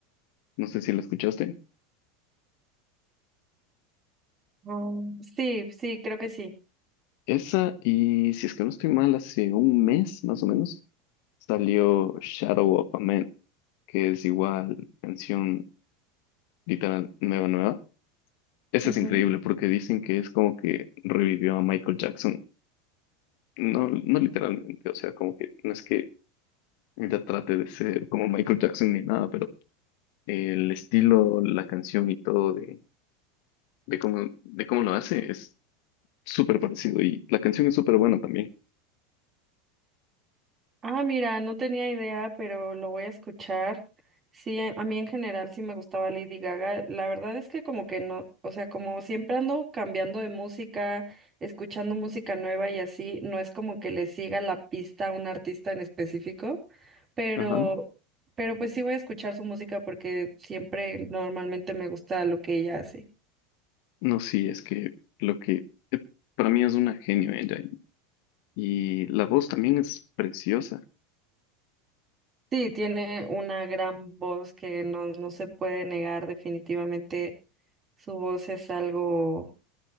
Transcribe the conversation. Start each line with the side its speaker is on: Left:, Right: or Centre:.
Left: No sé si la escuchaste.
Right: Mm, sí, sí, creo que sí.
Left: Esa y si es que no estoy mal, hace un mes más o menos salió Shadow of a Man, que es igual canción literal nueva, nueva. Esa
Right: Ujú.
Left: es increíble porque dicen que es como que revivió a Michael Jackson. No, no literalmente, o sea, como que no es que ella trate de ser como Michael Jackson ni nada, pero el estilo, la canción y todo de, de cómo, de cómo lo hace es súper parecido y la canción es súper buena también.
Right: Ah, mira, no tenía idea, pero lo voy a escuchar. Sí, a mí en general sí me gustaba Lady Gaga. La verdad es que como que no, o sea, como siempre ando cambiando de música, escuchando música nueva y así, no es como que le siga la pista a un artista en específico, pero,
Left: Ajá.
Right: pero pues sí voy a escuchar su música porque siempre normalmente me gusta lo que ella hace.
Left: No, sí, es que lo que eh, para mí es una genio ella y, y la voz también es preciosa.
Right: Sí, tiene una gran voz que no, no se puede negar definitivamente. Su voz es algo,